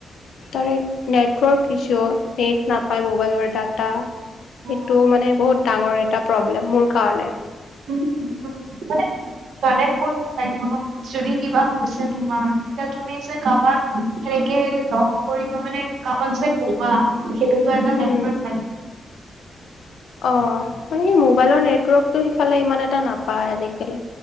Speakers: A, on the left (about 75°); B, on the right (about 80°).
A: তাৰে নেটৱৰ্ক ইছ্যু নেট নাপায় মোবাইলৰ ডাটা সেইটো
B: উম,
A: মানে বহুত ডাঙৰ এটা প্ৰব্লেম মোৰ কাৰণে
B: উম, মানে কনেক্ট কৰিব লাগিব ন' যদি কিবা হৈছে তোমাৰ তেতিয়া তুমি যে কাৰোবাক সেনেকে লগ কৰিব মানে কাৰোবাক যে কবা সেইটোতো এটা
A: উম।
B: নেটৱৰ্ক লাগিব
A: অ',
B: সেইটোৱে।
A: মানে সে মোবাইলৰ নেটৱৰ্কটো সিফালে ইমান এটা নাপায় আজিকালি